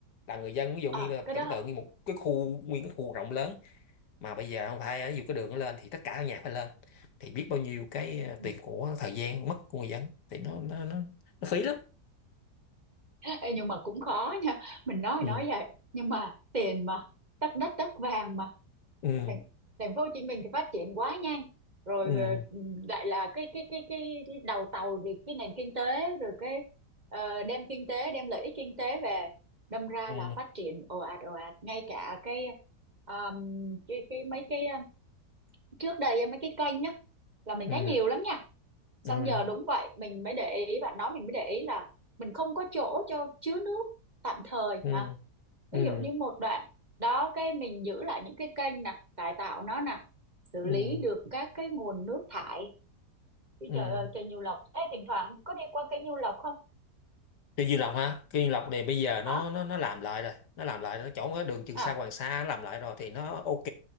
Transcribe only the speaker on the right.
ờ
cái
đó
<laughs>
ừ.
Ê, nhưng mà cũng khó nha mình nói thì
nói vậy nhưng mà tiền mà tất đất tất vàng mà
thành, thành phố Hồ Chí Minh thì phát triển quá nhanh rồi
ờ, lại là cái cái cái cái, cái đầu tàu thì cái nền kinh tế rồi cái ờ, đem kinh tế đem lợi ích kinh tế về đâm ra
là phát triển ồ ạt ồ ạt ngay cả cái um, cái cái mấy cái ờ, trước đây á, mấy cái kênh á là mình
thấy nhiều lắm nha xong
giờ đúng vậy mình mới để ý bạn nói mình mới để ý là mình không có chỗ cho chứa nước tạm thời
hả
ví dụ như một đoạn đó cái mình giữ lại những cái kênh nè cải tạo nó nè xử
lý được các cái nguồn nước thải chứ
trời ơi kênh Nhiêu Lộc ê thỉnh thoảng có đi qua kênh Nhiêu Lộc không
hả
à